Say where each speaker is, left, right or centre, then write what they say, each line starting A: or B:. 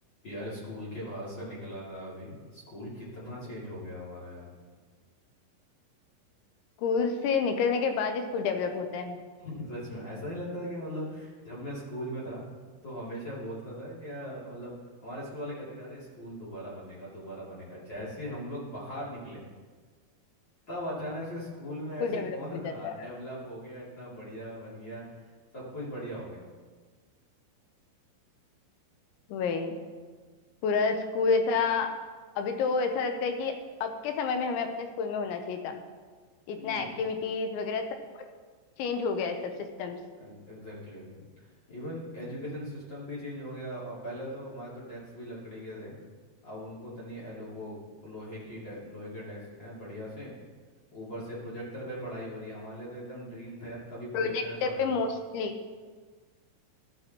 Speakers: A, on the left; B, on the left.
A: यार स्कूल के बाहर से निकला था अभी स्कूल कितना चेंज हो गया हमारा यार <laughs>
B: School से निकलने के बाद ही स्कूल डेवलप होता है
A: सच में ऐसा नहीं लगता कि मतलब जब मैं स्कूल में था तो हमेशा बोलता था कि यार, मतलब हमारे स्कूल वाले कहते थे अरे स्कूल दोबारा बनेगा दोबारा बनेगा जैसे ही हम लोग बाहर निकले तब अचानक से स्कूल में
B: स्कूल
A: ऐसे
B: डेवलप
A: कौन
B: हो जाता
A: <laughs> डेवलप
B: है
A: हो गया इतना बढ़िया बन गया सब कुछ बढ़िया हो गया
B: वही पूरा स्कूल ऐसा अभी तो ऐसा लगता है कि अब के समय में हमें अपने स्कूल में होना चाहिए था इतना
A: हम्म
B: एक्टिविटीज वगैरह सब बहुत चेंज हो गया है सब सिस्टम्स
A: एग्जैक्टली इवन एजुकेशन सिस्टम भी चेंज हो गया अब पहले तो हमारे तो डेस्क भी लकड़ी के थे अब उनको तनी एलो वो लोहे की डे- लोहे के डेस्क हैं बढ़िया से ऊपर से प्रोजेक्टर पे पढ़ाई हो रही है हमारे लिए तो एकदम ड्रीम था यार कभी
B: प्रोजेक्टर
A: प्रोजेक्टर पे पढ़ाई
B: पे
A: हो गया
B: mostly